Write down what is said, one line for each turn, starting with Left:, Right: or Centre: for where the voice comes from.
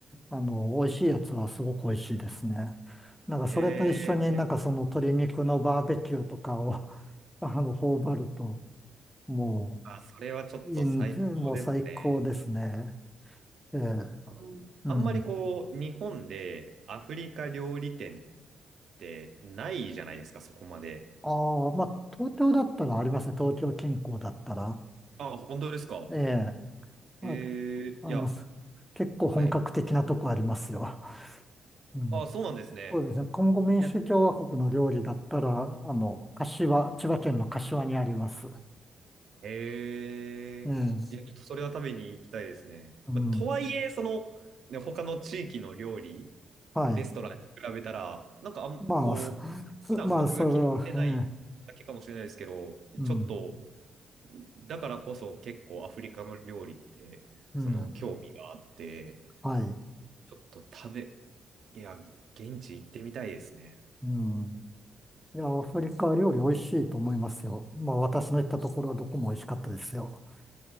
Centre: あの、美味しいやつはすごく美味しいですね。なんかそれと一緒になんかその鶏肉のバーベキューとかを
Right: ええ
Centre: <laughs> あの、頬張ると、も
Right: あ、それはちょっと最高ですね。
Centre: う、いいんもう最高ですね。ええ、
Right: あん、
Centre: うん。
Right: あんまりこう、日本でアフリカ料理店ってないじゃないですか、そこまで。
Centre: ああ、まあ、東京だったらありますね。東京近郊だったら。
Right: あ、本当ですか。
Centre: ええ。まあ、
Right: ええいや、
Centre: あの、結構本格的なとこありますよ。
Right: はい。
Centre: <laughs> うん。
Right: あ、そうなんですね。
Centre: そうですね。コンゴ民主共和国の料理だったら、
Right: いや、
Centre: あの、柏、千葉県の柏にあります。
Right: ええいや、
Centre: ええ。
Right: ちょっとそれは食べに行きたいですね。
Centre: うん。
Right: まとはいえ、その、ね、他の地域の料理、
Centre: はい。
Right: レストランに比べたら、なんかあん、
Centre: まあ、
Right: こう、
Centre: そ、そまあ、
Right: 普段僕が気に入ってないだけかもしれないですけど、
Centre: それは、ええ。うん。
Right: ちょっと、だからこそ結構アフリカの料理って、
Centre: うん。
Right: その興味があって、
Centre: はい。
Right: ちょっと食べ、いや、現地行ってみたいですね。
Centre: うん。いや、アフリカ料理美味しいと思いますよ。
Right: うん
Centre: まあ、私の行ったところはどこも美味しかったですよ。